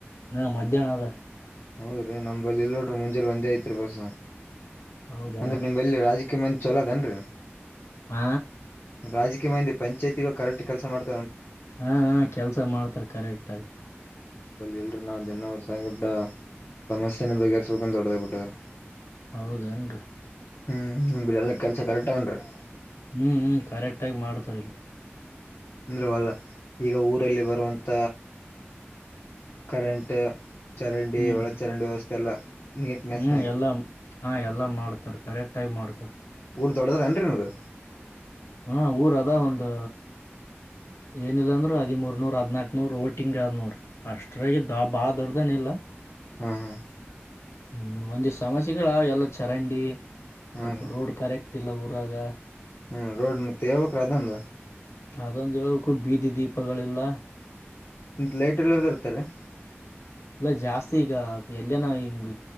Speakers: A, on the left; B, on the left.
A: ಹಾ ಮಧ್ಯಾಹ್ನ ಅದ
B: ಹೌದೀ ನಮಲ್ಲಿ ಇಲ್ಡ್ರ ಮುಂಜೆಲ್ ಒಂದೇ ಐತ್ರಿೀ ಬಸ
A: ಹೌದಾ
B: ಅಂದ್ರೆ ನಿಮಲ್ಲಿ ರಾಜ ಕೀಯ ಮಂದ ಚಲೋದೇನ್ರರಿ?
A: ಆ
B: ರಾಜಕೀಯ ಮಂದಿ ಪಂಚಾಯಿತಿ ಕರೆಕ್ಟ್ ಕೆಲಸ ಮಾಡ್
A: ಹಾ ಕೆಲ್ಸ ಮಾಡ್ತಾರ ಕರೆಕ್ಟ್ಗಗಿ
B: ನಂಬಲ್ಲಿ ಎಲ್ರೀ ನಾವು ದನ <unintelligible> ಸಮಸ್ಯೆನ ಬಗೆಹರ್ಸ್ಬೇಕಂತ ಹೋಡದೋಗ್ಬಿಟ್ಟವರ ಬಿಟ್ಟದಾರ
A: ಹೌದೇನ್ರಿ
B: ಹ್ಮ್ ನಿಮ ಬಿಡ <unintelligible> ಕೆಲ್ಸ ಕರೆಕ್ಟ್ <unintelligible>
A: ಹ್ಮ್ ಹ್ಮ್ ಕರೆಕ್ಟ್ ಆಗಿ ಮಾಡ್ತಾರಿಲ್ಲ
B: ಅಂದ್ರೆವಲ್ಲ ಈಗ ಊರಲ್ಲಿ ಬರುವಂತ ಕರೆಂಟ್ ಚರಂಡಿ
A: ಹ್ಮ್
B: ಒಳ ಚರಂಡಿ ವ್ಯವಸ್ಥೆ ಎಲ್ಲ ನೀಟ್ನೆಸ್ನಾಗಿ
A: ಹ್ಮ್ ಎಲ್ಲಾ ನು ಎಲ್ಲಾ ಮಾಡ್ತಾರ ಕರೆಕ್ಟ್ ಆಗಿ ಮಾಡ್ತಾರೆ
B: ಊರು ದೊಡ್ಡದೇನ್ ರಿ ನಿಮ್ಮದು
A: ಹ್ಮ ಊರ ಅದ ಒಂದು ಏನಿಲ್ಲಾಂದ್ರರು ಹದಿಮೂರ್ ನೂರ್ ಹದ್ನಾಕ್ ನೂರು ವೋಟಿಂಗ್ ಆದ್ ನೋಡು ಅಷ್ಟ್ರಾ <unintelligible> ಬಾಳ ದೊಡ್ಡದೆನಿಲ್ಲ
B: ಹ್ಮ್ ಹ್ಮ
A: ಹ್ಮ್ ಒಂದಿಷ್ಟು ಸಮಸ್ಯೆಗಳ ಎಲ್ಲ ಚರಂಡಿ ಸ್ವಲ್ಪ
B: ಹಾ ರೀ
A: ರೋಡ್ ಕರೆಕ್ಟ್ ಇಲ್ಲ ಊರಾಗ
B: ಹ್ಮ್ ರೋಡ್ ಮತ್ತೆ ಹೇಳಬೇಕ್ರ ಅದೊಂದು
A: ಅದೊಂದ ಹೇಳಬೇಕು ಬೀದಿ ದೀಪಗಳಿಲ್ಲ
B: ಇಗ ಲೈಟ್ಗಳು <unintelligible>
A: ಇಲ್ಲ ಜಾಸ್ತಿ ಈಗ ಎಲ್ಲನ ಹಿಂಗ